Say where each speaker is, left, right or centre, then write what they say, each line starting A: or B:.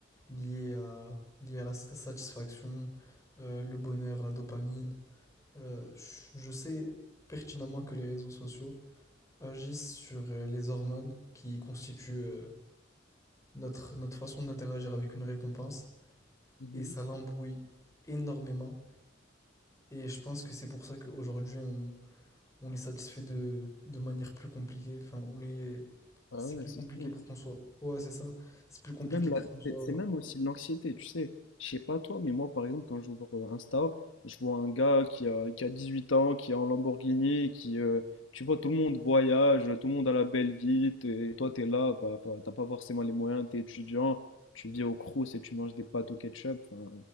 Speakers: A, on the left (about 15°); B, on the left (about 70°).
A: liés à, liés à la sa- satisfaction, euh, le bonheur, la dopamine. Euh, je je sais pertinemment que les réseaux sociaux agissent sur euh, les hormones qui constituent euh, notre, notre façon d'interagir avec une récompense,
B: Mhm.
A: et ça l'embrouille énormément. Et je pense que c'est pour ça qu'aujourd'hui, on, on est satisfait de, de manière plus compliquée. Enfin, on est
B: Ah
A: C'est
B: ouais,
A: plus
B: c'est
A: compliqué
B: ça.
A: pour qu'on soit ouais, c'est ça. C'est plus
B: Mais
A: compliqué
B: C'est même, la-
A: pour qu'on soit
B: c'est c'est même aussi de l'anxiété, tu sais. Je sais pas toi, mais moi, par exemple, quand j'ouvre euh, Insta, je vois un gars qui a, qui a 18 ans, qui est en Lamborghini, qui, euh, tu vois, tout le monde voyage, tout le monde a la belle vie, et toi, t'es là, bah, bah, t'as pas forcément les moyens, t'es étudiant, tu vis au Crous et tu manges des pâtes au ketchup. Enfin,